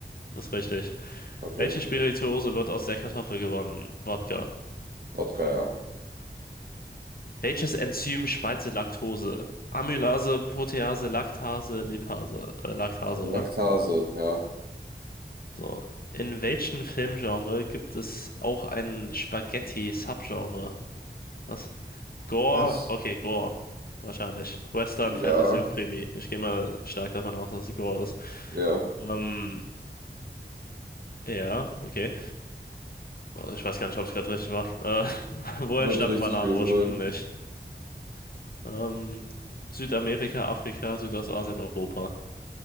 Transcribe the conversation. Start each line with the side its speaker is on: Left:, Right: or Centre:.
Left: ist richtig.
Right: okay,
Left: Welche Spirituose wird aus der Kartoffel gewonnen? Wodka.
Right: Wodka, ja.
Left: Welches Enzym spaltet Laktose? Amylase, Protease, Laktase, Lipase, äh, Laktase, oder?
Right: Laktase, ja.
Left: So. In welchem Filmgenre gibt es auch ein Spaghetti-Subgenre? Was? Gore,
Right: Was?
Left: okay, Gore. Wahrscheinlich. Western, Fantasy
Right: Ja,
Left: und Krimi. Ich gehe mal stark davon aus, dass es Gore ist.
Right: ja,
Left: Ähm, ja, okay. Ich weiß gar nicht, ob es gerade richtig war. Äh, <laughs> woher
Right: wird
Left: stammen
Right: richtig
Left: Bananen
Right: gewesen
Left: ursprünglich?
Right: sein.
Left: Ähm, Südamerika, Afrika, Südostasien, Europa.